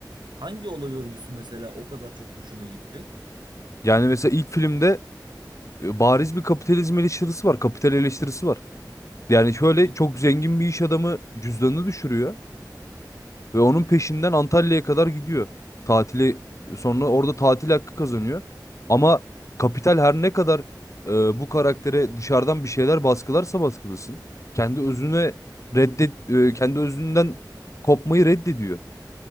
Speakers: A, on the right; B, on the left.
A: Hangi olay örgüsü mesela o kadar çok hoşuna gitti?
B: Yani mesela ilk filmde e, bariz bir kapitalizm eleştirisi var, kapital eleştirisi var. Yani şöyle
A: İlk
B: çok zengin bir iş adamı cüzdanını düşürüyor. Ve onun peşinden Antalya'ya kadar gidiyor. Tatili sonra orada tatil hakkı kazanıyor. Ama Kapital her ne kadar e, bu karaktere dışarıdan bir şeyler baskılarsa baskılasın. Kendi özüne reddet e, kendi özünden kopmayı reddediyor.